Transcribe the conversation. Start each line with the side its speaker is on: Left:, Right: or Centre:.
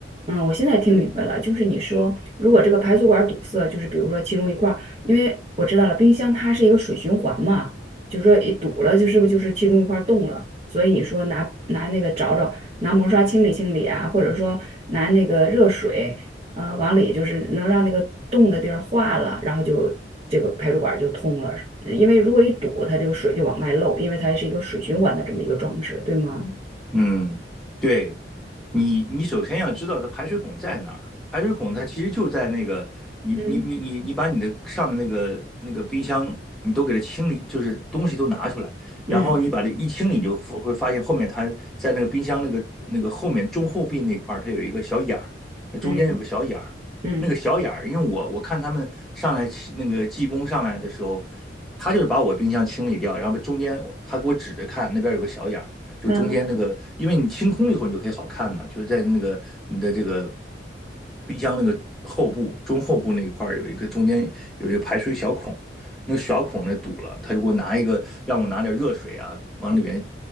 Right: 嗯，我现在听明白了，
Centre: 对。
Right: 就是你说，如果这个排水管儿堵塞，就是比如说其中一块儿，因为我知道了，冰箱它是一个水循环嘛。就说一堵了，就是不就是其中一块儿动了？所以你说拿拿那个找找，拿毛刷清理清理啊，或者说拿那个热水，呃，往里就是能让那个冻的地儿化了，然后就这个排水管儿就通了。因为如果一堵，它这个水就往外漏，因为它是一个水循环的这么一个装置，对吗？
Centre: 嗯，对，你你首先要知道它排水孔在哪儿，排水孔它其实就在那个你你你你你把你的上的那个那个冰箱你都给它清理，
Right: 嗯
Centre: 就是东西都拿出来，
Right: 嗯
Centre: 然后你把这一清理，你就会会发现后面它在那个冰箱那个那个后面中后壁那块儿它有一个小眼儿，那中间有个小眼儿，
Right: 嗯嗯
Centre: 那个小眼儿，因为我我看他们上来起那个技工上来的时候，他就是把我冰箱清理掉，然后中间他给我指着看那边有个小眼儿。就中间那个，
Right: 嗯，
Centre: 因为你清空了以后，你就可以好看嘛，就是在那个你的这个冰箱那个后部、中后部那一块儿有一个中间有一个排水小孔，那个小孔那堵了，他就给我拿一个让我拿点热水啊，往里面，